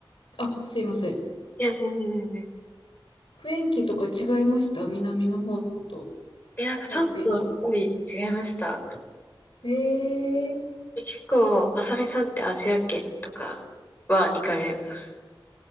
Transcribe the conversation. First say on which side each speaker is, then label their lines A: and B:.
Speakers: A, on the left; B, on the left.
A: あ、すいません。
B: いや、全然全然。
A: 雰囲気とか違いました南の方と、
B: え、なんかちょっとやっぱり違いました。
A: 台北と。ええ
B: 結構、あさみさんってアジア圏とかは行かれます。